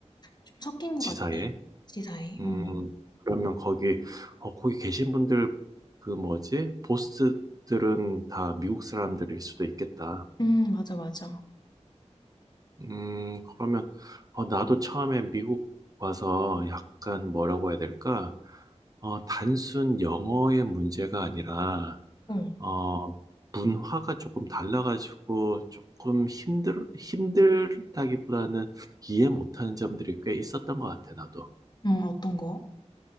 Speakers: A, on the left (about 35°); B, on the right (about 30°).
A: 좀 섞인 것
B: 지사에?
A: 같아. 지사에.
B: 음,
A: 응,
B: 그러면 거기, 어, 거기 계신 분들, 그 뭐지? 보스들은 다 미국 사람들일 수도 있겠다.
A: 응, 맞아, 맞아.
B: 음, 그러면, 어, 나도 처음에 미국 와서 약간 뭐라고 해야 될까? 어, 단순 영어의 문제가 아니라,
A: 어,
B: 어, 문화가 조금 달라가지고 조금 힘들, 힘들다기보다는 이해 못하는 점들이 꽤 있었던 것 같아, 나도.
A: 응, 어떤 거?